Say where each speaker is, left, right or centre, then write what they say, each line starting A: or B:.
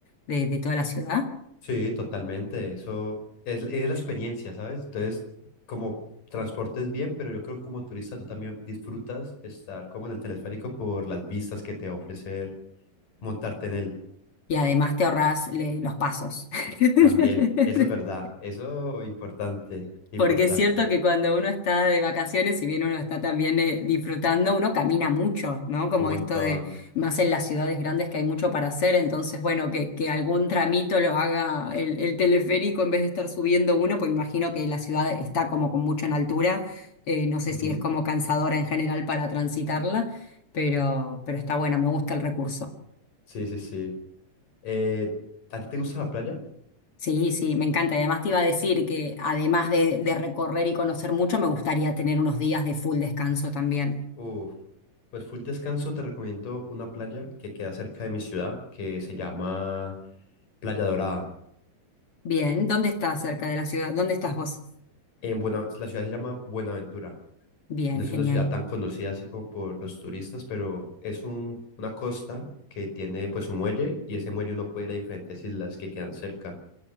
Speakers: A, on the left; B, on the left.
A: de, de toda la ciudad.
B: Sí, totalmente. Eso es, es la experiencia, ¿sabes? Entonces, como transportes bien, pero yo creo que como turista tú también disfrutas estar como en el telesférico por las vistas que te va a ofrecer montarte en él.
A: Y además te ahorras le- los pasos. <laughs>
B: También, eso es verdad. Eso importante, importante.
A: Porque es cierto que cuando uno está de vacaciones, si bien uno está también eh, disfrutando, uno camina mucho, ¿no? Como
B: Un
A: esto
B: montón.
A: de, más en las ciudades grandes que hay mucho para hacer, entonces, bueno, que, que algún tramito lo haga el, el teleférico en vez de estar subiendo uno, pues imagino que la ciudad está como con mucho en altura, eh, no sé
B: Ujú.
A: si es como cansadora en general para transitarla, pero, pero está bueno, me gusta el recurso.
B: Sí, sí, sí. Eh, ¿a ti te gusta la playa?
A: Sí, sí, me encanta. Y además te iba a decir que además de, de recorrer y conocer mucho, me gustaría tener unos días de full descanso también.
B: Uf, pues full descanso te recomiendo una playa que queda cerca de mi ciudad, que se llama Playa Dorada.
A: Bien, ¿dónde estás cerca de la ciudad? ¿Dónde estás vos?
B: En Buena, la ciudad se llama Buenaventura.
A: Bien,
B: No es
A: genial.
B: una ciudad tan conocida así como por los turistas, pero es un- una costa que tiene pues un muelle y ese muelle uno puede ir a diferentes islas que quedan cerca.